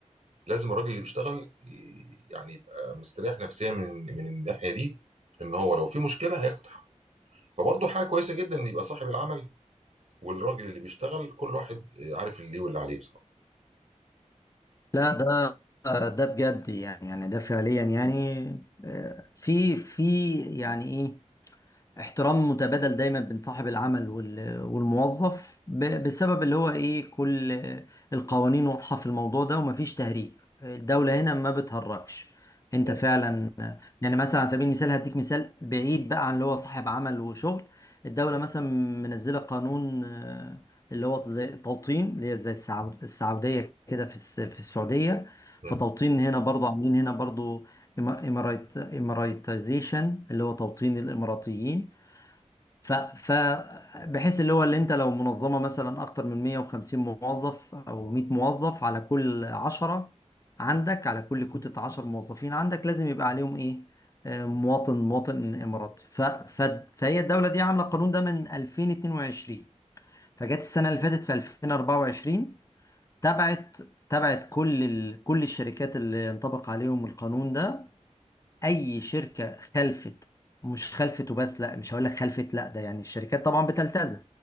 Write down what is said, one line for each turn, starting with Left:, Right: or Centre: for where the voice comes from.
Right: لازم الراجل اللي بيشتغل ي- يعني يبقى مستريح نفسيا من من الناحيه دي ان هو لو في مشكله هياخد حقه فبرضه حاجه كويسه جدا ان يبقى صاحب العمل والراجل اللي بيشتغل كل واحد عارف اللي ليه واللي عليه بصراحه
Left: لا ده ده بجد يعني يعني ده فعليا يعني آه، في في يعني إيه احترام متبادل دايما بين صاحب العمل وال- والموظف ب- بسبب اللي هو ايه كل القوانين واضحة في الموضوع ده ومفيش تهريج الدولة هنا ما بتهرجش انت
Right: مم.
Left: فعلا يعني مثلا على سبيل المثال هديك مثال بعيد بقى عن اللي هو صاحب عمل وشغل الدولة مثلا منزلة قانون آه، اللي هو زي توطين اللي هي زي السعو- السعودية كده في الس- في السعودية
Right: مم.
Left: فتوطين هنا برضو عاملين هنا برضو إما- إمارات إماراتيزيشن اللي هو توطين الإماراتيين ف ف بحيث اللي هو اللي انت لو منظمه مثلا اكتر من 150 موظف او 100 موظف على كل 10 عندك على كل كتله 10 موظفين عندك لازم يبقى عليهم ايه آه، مواطن مواطن اماراتي ف ف فهي الدوله دي عامله القانون ده من 2022 فجت السنه اللي فاتت في 2024 تبعت تبعت كل ال... كل الشركات اللي ينطبق عليهم القانون ده اي شركه خلفت مش خلفت وبس لا مش هقول لك خلفت لا ده يعني الشركات طبعا بتلتزم